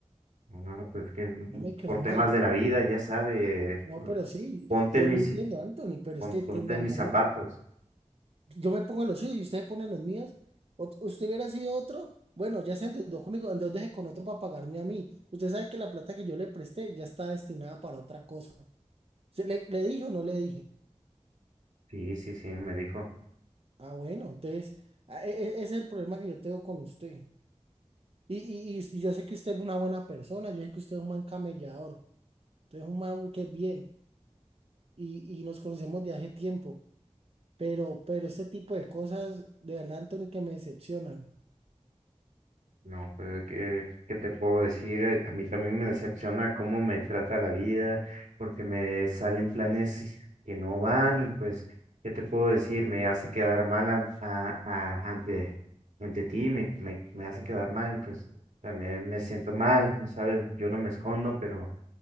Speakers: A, on the right (about 90°); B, on the right (about 55°).
A: No, no, no, pues es que mm,
B: ya me quedó
A: por
B: mal.
A: temas de la vida, ya sabe, eh,
B: No, pero sí,
A: ponte
B: yo
A: en
B: lo
A: mis
B: entiendo, Anthony, pero
A: pon-
B: es que entiéndame
A: ponte en mis
B: a
A: zapatos.
B: mí. Yo me pongo los suyos y ustedes ponen los míos. Ot- usted hubiera sido otro. Bueno, ya se endeudó conmigo, endeudese con otro para pagarme a mí. Usted sabe que la plata que yo le presté ya está destinada para otra cosa. ¿Se le, le dije o no le dije?
A: Sí, sí, sí, me dijo.
B: Ah, bueno, entonces a- e- e- ese es el problema que yo tengo con usted. Y, y, y, y yo sé que usted es una buena persona, yo sé que usted es un man camellador, usted es un man que es bien y, y nos conocemos de hace tiempo, pero, pero este tipo de cosas, de verdad, Anthony, que me decepcionan.
A: No, pues ¿qué, qué te puedo decir? Eh, A mí también me decepciona cómo me trata la vida, porque me salen planes y- que no van y pues, ¿qué te puedo decir? Me hace quedar mal an- a- a- ante, ante ti, me, me, me hace quedar mal y pues también me siento mal, ¿sabes? Yo no me escondo, pero,